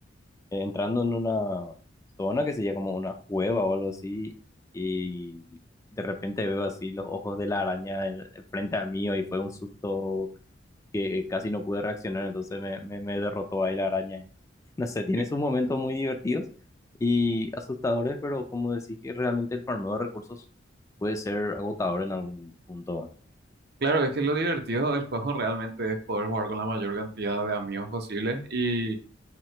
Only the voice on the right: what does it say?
Y
Claro, es que lo divertido del juego realmente es poder jugar con la mayor cantidad de amigos posible y